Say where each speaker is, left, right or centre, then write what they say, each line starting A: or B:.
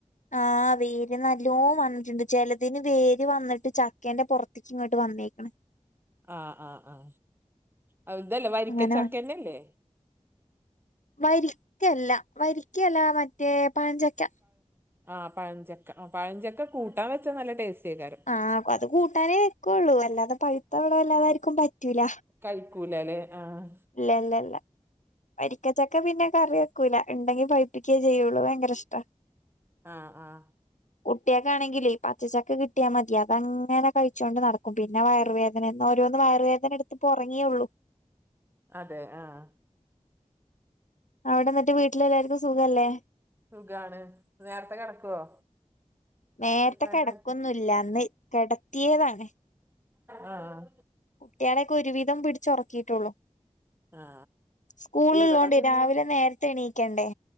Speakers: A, on the left; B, on the right.
A: ആ വീ നല്ലോം വന്നിട്ടുണ്ട് ചിലതിന് വേര് വന്നിട്ട് ചക്കെന്റെ പുറത്തിക്ക് ഇങ്ങട്ട് വന്നേക്കണ്.
B: ആഹ് ആഹ് ആഹ് ഇതല്ലേ വരിക്കച്ചക്കന്റെയല്ലേ
A: അങ്ങനെ വ വരിക്കയല്ല വരിക്കയല്ല മറ്റേ പഴഞ്ചക്ക
B: ആ പഴഞ്ചക്ക ആ പഴഞ്ചക്ക കൂട്ടാൻ വെച്ചാൽ നല്ല ടേസ്റ്റി ആകേരം.
A: ആഹ് അത് കൂട്ടാനേ വെക്കുള്ളൂ അല്ലാതെ പഴുത്ത ഇവിടെ അല്ലാതർക്കും പറ്റൂല.
B: കഴിക്കൂല ലേ ആഹ്
A: ഇല്ല ല്ലല്ല വരിക്ക ചക്ക ക്ക പിന്നെ കറി വെക്കൂല ഉണ്ടെങ്കി പൈപ്പിക്കുവേ ചെയ്യുള്ളൂ ഭയങ്കര ഇഷ്ടാ.
B: ആഹ് ആഹ്
A: കുട്ട്യാൾക്കാണെങ്കിലേ ഈ പച്ചചക്ക കിട്ടിയാൽ മതി അതങ്ങനെ കഴി ച്ചോണ്ട് നടക്കും. പിന്നെ വയറുവേദനയന്ന് ഓരോന്ന് വയറുവേദന എടുത്ത് ഇപ്പം ഉറങ്ങിയേ ഉള്ളു.
B: അതെ ആഹ്.
A: അവിടെ ഇന്നിട്ട് വീട്ടിലെല്ലാർക്കും സുഖല്ലേ
B: സുഖാണ്. നേരത്തെ കിടക്കുവോ?
A: നേരത്തെ
B: കിടക്കാനായിട്ട്
A: കിടക്കൊന്നും ഇല്ല ഇന്ന് കെടത്തിയതാണ്.
B: ആഹ് ആഹ്
A: കുട്ട്യാളെയൊക്കെ ഒരുവിധം പിടിച്ചുറക്കിയിട്ടേ ഉള്ളു.
B: ആ
A: സ്കൂൾ
B: ഇവിടെ
A: ഉള്ളോണ്ട്
B: പിന്നെ
A: രാവിലെ നേരത്തെ എണീക്കണ്ടേ.